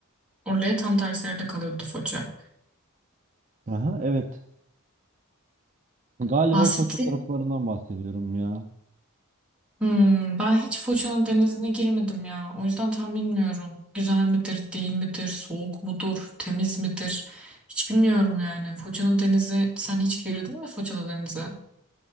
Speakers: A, in the centre; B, on the right.
A: Urla'ya tam tersi yerde kalıyordu Foça.
B: Aha evet. Galiba
A: Bahsetti.
B: Foça taraflarından bahsediyorum ya.
A: Hmm, ben hiç Foça'nın denizine girmedim ya. O yüzden tam bilmiyorum. Güzel midir, değil midir, soğuk mudur, temiz midir? Hiç bilmiyorum yani. Foça'nın denizi, sen hiç girdin mi Foça'da denize?